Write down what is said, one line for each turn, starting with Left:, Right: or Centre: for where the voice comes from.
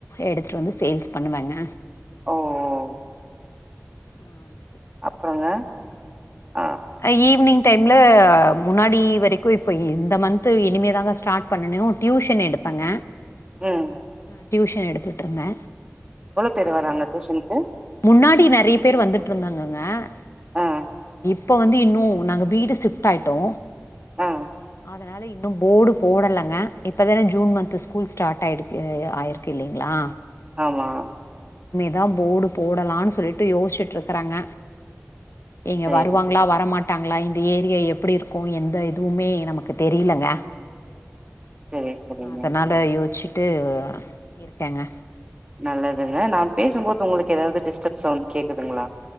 Left: எடுத்துட்டு வந்து சேல்ஸ் பண்ணுவேங்க
Right: ஓ ஓ
Left: ஆம்
Right: அப்றங்க ஆ
Left: ஐ ஈவினிங் டைம்ல முன்னாடி வரைக்கு இப்ப இந்த மந்த் இனிமேதாங்க ஸ்டார்ட் பண்ணனு டியூஷன் எடுப்பங்க
Right: உம்
Left: அ டியூஷன் எடுத்துட்ற்ருந்தே
Right: பேர் வராங்க டியூஷனுக்கு
Left: முன்னாடி நெறைய பேர் வந்துட்ற்ருந்தாங்கங்க ங்க
Right: ஆஹ்
Left: இப்ப வந்து இன்னு நாங்க வீடு சிப்ட் ஆயிட்டோ
Right: ஆஹ்
Left: அதனால இன்னு போர்டு போடலங்க இப்பதானே ஜூன் மந்த் ஸ்கூல் ஸ்டார்ட் ஆயிடுக்கு ஆயிருக்கு இல்லைங்களா
Right: ஆமா
Left: தா போர்டு போடலனு சொல்லிட்டு யோச்சிட்டுருக்கறங்க நீங்க
Right: சரி
Left: வரு வருவாங்களா வரமாட் ட்டாங்களா இந்த ஏரியா எப்டி இருக்கோ எந்த இதுவுமே நமக்கு தெரிலங்க
Right: சரி சரிங்க
Left: அதனால யோச்சி ட்டு இருக்கேங்க
Right: நல்லதுங்க நான் பேசும்போது உங்களுக் ஏதாவது டிஸ்டப் சவுண்ட் கேக்குதுங்ளா